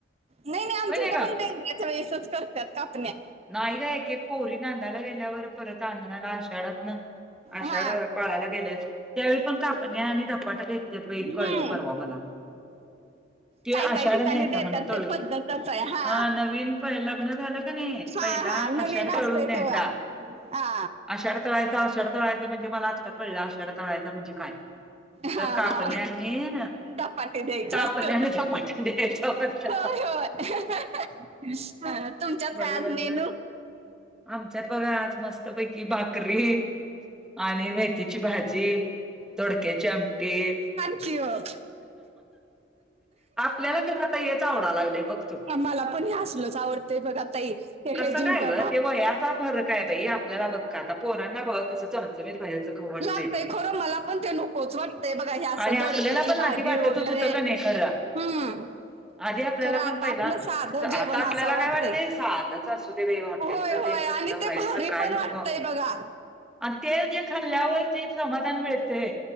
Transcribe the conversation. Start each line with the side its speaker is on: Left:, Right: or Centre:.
Right: नाही नाही आमच्या
Centre: होय
Right: इथं
Centre: ग.
Right: पण बेंदराच्या वेळेसच करतात कापण्या.
Centre: नाही ग एक एक पोरी नादायला गेल्यावर परत आणायला आषाढातन अशाढ
Right: हा
Centre: पाळायला गेल्या त्यावेळी पण कापण्या आणि धपाट ते
Right: हम्म
Centre: कळलं परवा मला तो
Right: काय
Centre: आषाढ
Right: काय ठिकाणी
Centre: न्यायचा
Right: देतात
Centre: म्हन तळून
Right: ते पद्धतच आहे हा
Centre: अ नवीन प लग्न झालं. कानाय
Right: हा
Centre: पहिला
Right: हा नवीन
Centre: आषाढ
Right: असतंय
Centre: तळून न्यायचा
Right: तेव्हा हा
Centre: आषाढ तळायचा आषाढ तळायचा म्हणजे मला आता कळलं आषाढ तळायचा म्हणजे काय?
Right: हा
Centre: तर कापण्यानी
Right: ह धपाटे द्यायचे
Centre: ती कापण्याने
Right: असत
Centre: धपाटा द्यायचा होता
Right: होय होय. <unintelligible> तुमच्यात
Centre: वय
Right: काय आज
Centre: वल्ल,
Right: मेनू
Centre: आमच्यात बघा आज मस्त पैकी भाकरी आणि मेथीची भाजी दोडक्याची आमटी
Right: ची व
Centre: आपल्याला खर आता हेच आवडाय लागलाय बघ तू
Right: मला पण हे असलच आवडतय बघा ताई हे
Centre: कसं
Right: जी
Centre: काय
Right: भा
Centre: गं ते वयाचा फरक आहे बाई आपल्याला बघ का आता पोनां बघ कसं चमचमीत बाहेरच खाऊ वाटतंय
Right: लागतंय खरं मला पण ते नकोच वाटतंय बघा हे असं
Centre: आणि
Right: दोडक्याची
Centre: आपल्याला पण
Right: भाजी
Centre: आधी वाटतच
Right: वगैरे
Centre: होतं का नाही खरा
Right: हम्म
Centre: आधी आपल्याला
Right: खरं आता
Centre: पण पहिला
Right: आपलं साधं
Centre: आता
Right: जेवण
Centre: आपल्याला
Right: असं वाटतंय
Centre: काय वाटतय साध दच असुदे हॉटेलचं
Right: होय होय
Centre: ते
Right: आणि
Centre: तसलं
Right: ते
Centre: बाहेरच
Right: भारी
Centre: काय
Right: पण
Centre: नको!
Right: वाटतंय बघा
Centre: आणि ते जे खाल्ल्यावर जे समाधान मिळतय